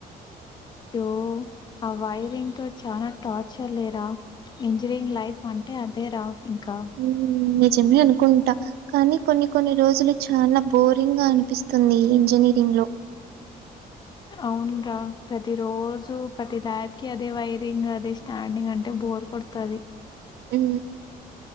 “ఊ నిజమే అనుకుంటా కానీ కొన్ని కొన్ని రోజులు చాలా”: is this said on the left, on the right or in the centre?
Right